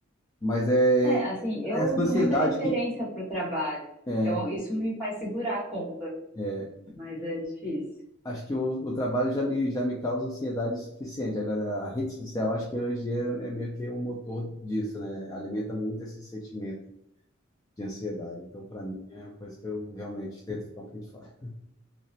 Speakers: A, on the left; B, in the centre.
A: Mas é,
B: É,
A: é
B: assim, eu
A: essa
B: uso
A: ansiedade
B: muita referência
A: que
B: para o trabalho,
A: é,
B: então isso me faz segurar a conta,
A: é.
B: mas é difícil.
A: acho que o, o trabalho já me, já me causa ansiedade o suficiente. Agora, a rede social, acho que hoje em dia é meio que um motor disso, né? Alimenta muito esse sentimento de ansiedade. Então, para mim, é uma coisa que eu realmente tento ficar um pouquinho de fora.